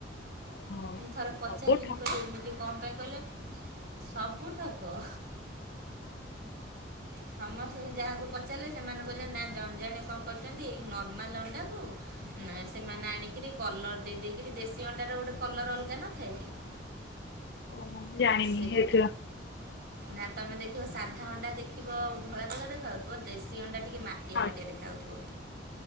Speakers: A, on the left; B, on the right.
A: ଓହୋ
B: ଥରେ ପଚାରିଲି
A: ସବୁ ଠକ
B: ମୁଁ କହିଲି ଏମିତି କଣ ପାଇଁ କହିଲେ ସବୁ ଠକ। ସମସ୍ତଙ୍କୁ ଯାହାକୁ ପଚାରିଲେ ସେମାନେ କହିଲେ ନା ଜଣ ଜଣେ କଣ କରୁଛନ୍ତି ନର୍ମାଲ୍ ଅଣ୍ଡାକୁ। ନାଇଁ ସେମାନେ ଆଣିକିରି କଲର ଦେଇ ଦେଇକିରି। ଦେଶୀ ଅଣ୍ଡାର ଗୋଟେ କଲର ଅଲଗା ନଥାଏ କି? <inaudible>
A: ଓହୋ ମୁଁ ଜାଣିିନି
B: ସେ
A: ହେଇଥିଲା।
B: ନା ତମେ ଦେଖିବ ସାଧା ଅଣ୍ଡା ଦେଖିବ ଧଳା ଧଳା ଦେଖାଉଥିବ ଦେଶୀ ଅଣ୍ଡା ଟି ଟିକେ ମାଟିଆ
A: ହଁ
B: ମାଟିଆ ଦେଖାହଉଥିବ।